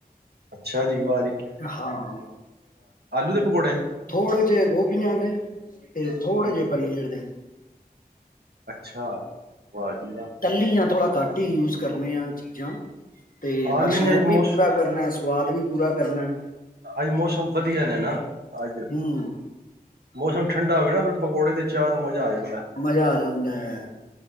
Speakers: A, on the right; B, on the left.
A: ਵਾਜੀ ਵਾ
B: ਹਾਂ
A: ਦੇ ਪਕੌੜੇ
B: ਥੋੜੇ ਜਿਹੇ ਗੋਭੀਆਂ ਦੇ ਤੇ ਥੋੜੇ
A: ਹੂੰ
B: ਜਿਹੇ ਪਨੀਰ ਦੇ
A: ਅੱਛਾ ਵਾਹ ਜੀ ਵਾਹ
B: ਤੱਲੀ ਆ ਥੋੜ੍ਹਾ ਘੱਟ ਹੀ ਯੂਜ ਕਰਨ ਆ ਚੀਜ਼ਾਂ ਤੇ
A: ਹਾਂ
B: ਪਰ
A: ਨਹੀਂ
B: ਸ਼ੌਕ
A: ਅੱਜ
B: ਵੀ
A: ਮੌਸ
B: ਪੂਰਾ ਕਰਨਾ ਸਵਾਦ ਵੀ ਪੂਰਾ ਕਰਨਾ।
A: ਅੱਜ ਮੌਸਮ ਵਧੀਆ ਨੇ ਨਾ ਅੱਜ
B: ਹਮ
A: ਮੌਸਮ ਠੰਡਾ ਹੋਵੇ ਨਾ ਫਿਰ ਪਕੌੜੇ ਤੇ ਚਾਹ ਦਾ ਮਜ਼ਾ ਆ ਜਾਂਦਾ।
B: ਮਜ਼ਾ ਆ ਜਾਂਦਾ ਏ।